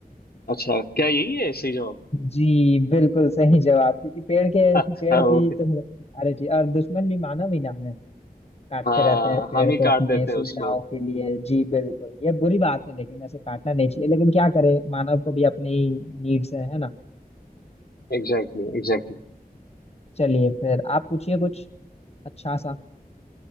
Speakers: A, on the left; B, on the left.
A: अच्छा क्या यही है सही जवाब
B: जी बिल्कुल सही जवाब क्योंकि पेड़
A: <laughs>
B: के
A: अच्छा
B: पेड़ की
A: ओके
B: तो अरे जी और दुश्मन भी मानव ही ना है काटते
A: हाँ
B: रहते हैं पेड़
A: हम ही
B: को
A: काट
B: अपने
A: देते
B: सुविधाओं
A: हैं उसको
B: के लिए जी बिल्कुल ये बुरी बात है लेकिन ऐसे काटना नहीं चाहिए लेकिन क्या करें मानव को भी अपनी नीड्स है, है ना
A: Exactly exactly, exactly exactly.
B: चलिए फिर आप पूछिए कुछ अच्छा सा